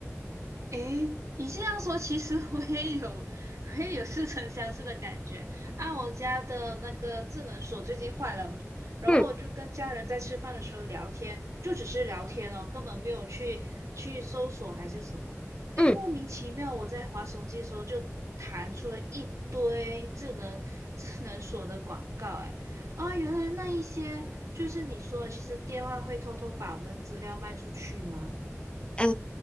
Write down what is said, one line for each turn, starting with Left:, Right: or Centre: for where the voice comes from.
Right: 诶，你这样说，其实我也有，我也有似曾相识的感觉。啊，我家的那个智能锁最近坏了嘛，然后我就跟家人在吃饭的时候聊天，
Left: 嗯
Right: 就只是聊天哦，根本没有去去搜索还是什么。诶，
Left: 嗯。
Right: 莫名其妙，我在滑手机的时候就弹出了一堆智能智能锁的广告，诶，啊，原来那一些就是你说的，其实电话会偷偷把我们的资料卖出去吗？
Left: 哎